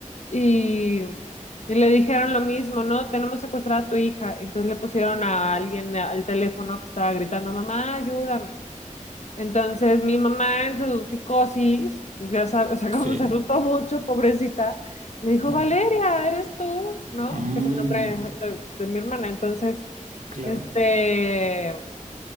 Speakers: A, on the left; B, on the right.
A: Y, y le dijeron lo mismo, ¿no? Tenemos secuestrada a tu hija. Entonces le pusieron a alguien al teléfono que estaba gritando, mamá, ayúdame. Entonces mi mamá en su psicosis, pues ya sabes, o sea,
B: sí,
A: <laughs> como se asustó mucho, pobrecita, le dijo,
B: ajá.
A: Valeria, ¿eres tú? ¿No?
B: Mm,
A: Que es el nombre de, de mi hermana. Entonces,
B: claro.
A: este,